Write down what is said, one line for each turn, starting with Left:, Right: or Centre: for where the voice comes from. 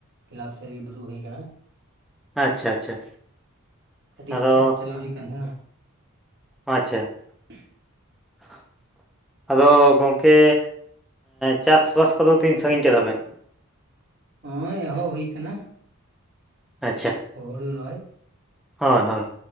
Right: ᱠᱮᱞᱟᱵᱽ ᱥᱮᱫ ᱨᱮᱜᱮ ᱫᱩᱲᱩᱵ ᱦᱩᱭ ᱟᱠᱟᱱᱟ,
Centre: ᱟᱪᱪᱷᱟ ᱟᱪᱪᱷᱟ
Right: ᱠᱟᱹᱴᱤᱡ
Centre: ᱟᱫᱚ
Right: ᱠᱷᱮᱛ ᱪᱟᱞᱟᱣ ᱦᱩᱭ ᱟᱠᱟᱱ ᱛᱟᱦᱮᱸᱱᱟ
Centre: ᱟᱪᱪᱷᱟ
Right: <inaudible>
Centre: <inaudible> ᱟᱫᱚ ᱜᱚᱝᱠᱮ ᱪᱟᱥ ᱵᱟᱥ ᱠᱚᱫᱚ ᱛᱤᱱ ᱥᱟᱺᱜᱤᱧ ᱠᱮᱫᱟ ᱵᱮᱱ,
Right: ᱱᱚᱜ-ᱚᱭ ᱮᱦᱚᱵ ᱦᱩᱭ ᱟᱠᱟᱱᱟ
Centre: ᱟᱪᱪᱷᱟ
Right: ᱦᱩᱲᱩ ᱨᱚᱦᱚᱭ
Centre: ᱦᱚᱭ ᱦᱚᱭ